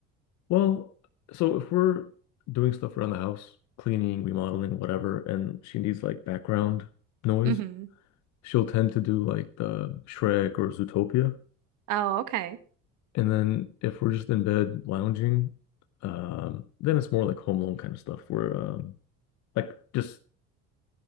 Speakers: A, on the left (about 65°); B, on the right (about 75°).
A: Well, so if we're doing stuff around the house, cleaning, remodeling, whatever, and she needs like background noise,
B: hmm
A: she'll tend to do like the Shrek or Zootopia.
B: Oh, okay.
A: And then if we're just in bed lounging, um, then it's more like Home Alone kind of stuff where um, like just